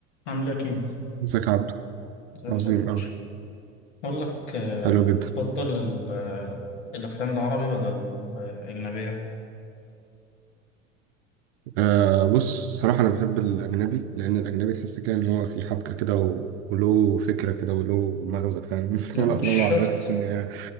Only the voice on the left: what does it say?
عامل ايه يا كيمو؟
زي
الفل يا باشا
بقول لك آه،
تفضل ال- آه، الأفلام العربي ولا الأجنبية؟
لا
مش شرط